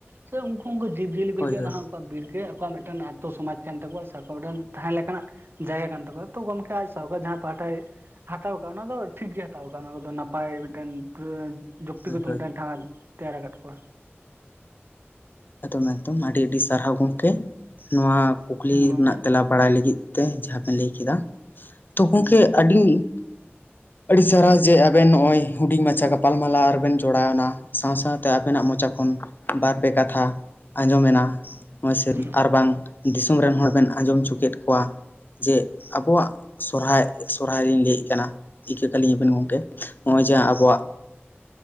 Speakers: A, on the right; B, on the left.
A: ᱥᱮ ᱩᱱᱠᱩ ᱩᱱᱠᱩ ᱡᱤᱵᱽ ᱡᱤᱭᱟᱹᱞᱤ ᱠᱚ
B: ᱦᱳᱭ
A: ᱞᱟᱹᱜᱤᱫ
B: ᱦᱳᱭ
A: ᱚᱱᱟ ᱟᱠᱣᱟᱜ ᱵᱤᱨ ᱜᱮ ᱟᱠᱚᱣᱟᱜ ᱢᱤᱫᱴᱮᱱ ᱟᱛᱚ ᱥᱚᱢᱟᱡ ᱠᱟᱱ ᱛᱟᱠᱚᱣᱟ ᱥᱮ ᱟᱠᱚᱣᱟᱜ ᱢᱤᱫᱴᱮᱱ ᱛᱟᱦᱮᱸ ᱞᱮᱠᱟ ᱱᱟᱜ ᱡᱟᱭᱜᱟ ᱠᱟᱱ ᱛᱟᱠᱚᱣᱟ ᱛᱚ ᱜᱚᱢᱠᱮ ᱟᱡ ᱥᱚᱨᱠᱟᱨ ᱡᱟᱦᱟᱸ ᱯᱟᱦᱟᱴᱟᱭ ᱦᱟᱛᱟᱣ ᱟᱠᱟᱜ ᱚᱱᱟᱫᱚ ᱴᱷᱤᱠ ᱜᱮ ᱦᱟᱛᱟᱣ ᱟᱠᱟᱜ ᱚᱱᱟ ᱠᱚ ᱱᱟᱯᱟᱭ ᱢᱤᱫᱴᱮᱱ ᱡᱩᱠᱛᱤᱜᱚᱛᱚ
B: ᱦᱳᱭ ᱦᱳᱭ
A: ᱢᱤᱫᱴᱮᱱ ᱴᱷᱟ ᱛᱮᱭᱟᱨ ᱟᱠᱟᱫ ᱠᱚᱣᱟ
B: ᱮᱫ ᱮᱠᱫᱚᱢ ᱟᱹᱰᱤ ᱟᱹᱰᱤ ᱥᱟᱨᱦᱟᱣ ᱜᱚᱢᱠᱮ ᱱᱚᱣᱟ ᱠᱩᱠᱞᱤ
A: ᱦᱩᱸ ᱜᱚᱢᱠᱮ
B: ᱨᱮᱱᱟᱜ ᱛᱮᱞᱟ ᱵᱟᱲᱟᱭ ᱞᱟᱹᱜᱤᱫ ᱛᱮ ᱡᱟᱦᱟᱸ ᱵᱮᱱ ᱞᱟᱹᱭ ᱠᱮᱫᱟ ᱛᱚ ᱜᱚᱢᱠᱮ
A: ᱦᱩᱸ
B: ᱟᱹᱰᱤ ᱟᱹᱰᱤ ᱪᱟᱨᱦᱟ ᱡᱮ ᱟᱵᱮᱱ ᱱᱚᱜᱼᱚᱭ ᱦᱩᱰᱤᱧ ᱢᱟᱪᱷᱟ ᱜᱟᱯᱟᱞᱢᱟᱞᱟ ᱨᱮᱵᱮᱱ ᱡᱚᱲᱟᱣᱱᱟ ᱥᱟᱶ ᱥᱟᱶᱛᱮ ᱟᱵᱮᱱᱟᱜ ᱢᱚᱪᱟ ᱠᱷᱚᱱ ᱵᱟᱨᱼᱯᱮ ᱠᱟᱛᱷᱟ ᱟᱸᱡᱚᱢᱮᱱᱟ ᱦᱚᱭᱥᱮ
A: ᱦᱩᱸ
B: ᱟᱨ ᱵᱟᱝ ᱫᱤᱥᱚᱢ ᱨᱮᱱ ᱦᱚᱲ ᱵᱮᱱ ᱟᱸᱡᱚᱢ ᱦᱚᱪᱚ ᱠᱮᱫ ᱠᱚᱣᱟ ᱡᱮ ᱟᱵᱚᱣᱟᱜ ᱥᱚᱨᱦᱟᱭ ᱥᱚᱨᱦᱟᱭ ᱨᱤᱧ ᱞᱟᱹᱭᱮᱫ ᱠᱟᱱᱟ ᱤᱠᱟᱹ ᱠᱟᱹᱞᱤᱧᱟ ᱵᱮᱱ ᱜᱚᱢᱠᱮ ᱱᱚᱜᱼᱚᱭ ᱡᱮ
A: ᱦᱮᱸ
B: ᱟᱵᱚᱣᱟᱜ
A: ᱴᱷᱤᱠ